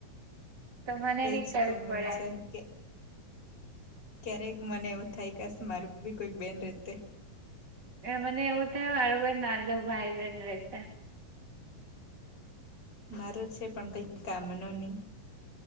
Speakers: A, on the right; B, on the left.
A: મને
B: એજ
A: નહી કરવું
B: તોમે
A: પડે
B: વિચાર કે ક્યારેક મને એવું થાય કેસ મારું બી કોઈક બેન રતે
A: મને એવું થાય માળું ભાઈ નાનું ભાઈ બહેન રહ
B: મારો છે પણ કઈ કામ ન નહીં